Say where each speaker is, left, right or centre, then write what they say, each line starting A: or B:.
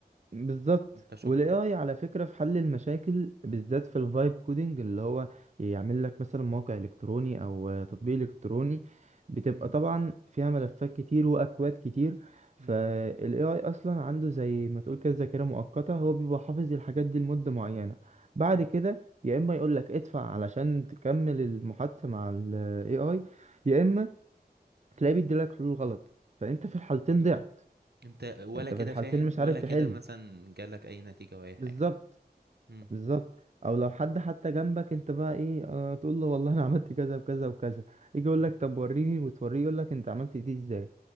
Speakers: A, on the right; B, on the right.
A: بالظبط
B: انت شكرا
A: والاي اي على فكره في حل المشاكل بالذات في الفايب كودينج اللي هو يعمل لك مثلا موقع الكتروني او آه، تطبيق الكتروني بتبقى
B: مم،
A: طبعا فيها ملفات كتير واكواد كتير فالاي
B: مم،
A: اي اصلا عنده زي ما تقول كده ذاكره مؤقته هو بيبقى حافظ الحاجات دي لمده معينه بعد
B: مم.
A: كده يا اما يقول لك ادفع علشان تكمل المحادثه مع الاي اي يا اما تلاقيه بيديلك حلول غلط فانت في الحالتين ضعت
B: انت ولا
A: انت
B: كده
A: في الحالتين
B: فاهم
A: مش
B: ولا
A: عارف تحل
B: كده مثلا جالك اي نتيجة او اي حاجة
A: بالظبط
B: مم،
A: بالظبط او لو حد حتى جنبك انت بقى ايه آه تقول له والله انا عملت كذا وكذا وكذا يجي يقول
B: مم.
A: لك طب وريني وتوريه يقول لك انت عملت دي ازاي